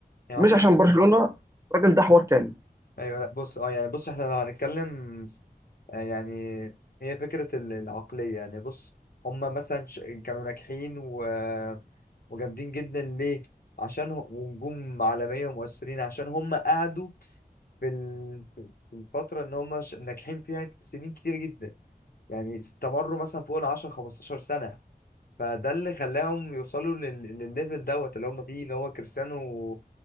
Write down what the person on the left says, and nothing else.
يعني
هما
ايوه لا بص اه يعني بص احنا لو هنتكلم آه، يعني هي فكرة ال- العقلية يعني بص هما مثلا ش- كانوا ناجحين و... وجامدين جدا ليه؟ عشان هم ونجوم عالمية ومؤثرين عشان هما قعدوا في ال- في الفترة ان هما ش- ناجحين فيها سنين كتير جدا يعني استمروا مثلا فوق ال 10 15 سنة فده اللي خلاهم يوصلوا لل- للليفل دوت اللي هم فيه ان هو كريستيانو